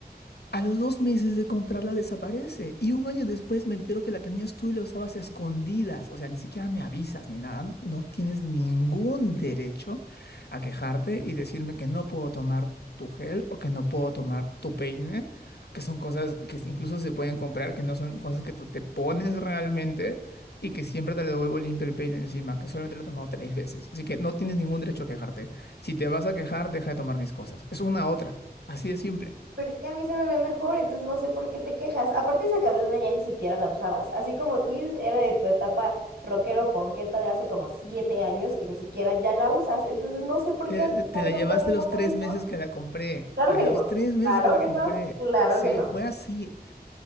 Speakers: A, on the left; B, on the right.
A: A los dos meses de comprarla desaparece. Y un año después me entero que la tenías tú y la usabas a escondidas. O sea, ni siquiera me avisas ni nada. No tienes ningún derecho a quejarte y decirme que no puedo tomar tu gel o que no puedo tomar tu peine, que son cosas que incluso se pueden comprar, que no son cosas que tú te pones realmente y que siempre te le devuelvo limpio el peine encima, que solamente lo he tomado tres veces. Así que no tienes ningún derecho a quejarte. Si te vas a quejar, deja de tomar mis cosas. Es una otra. Así de simple.
B: Pero es que a mí se me ve mejor, entonces no sé por qué te quejas. Aparte, esa cadena ya ni siquiera la usabas. Así como tú dices, era de tu etapa rockero ponqueta de hace como siete años que ni siquiera ya la usas. Entonces no sé por
A: Te,
B: qué haces
A: te
B: tanto
A: la llevaste
B: problema
A: los
B: por
A: tres
B: eso.
A: meses que la compré.
B: Claro
A: A
B: que
A: los
B: no,
A: tres meses
B: claro
A: que la
B: que
A: compré.
B: no, claro
A: Sí,
B: que no.
A: fue así.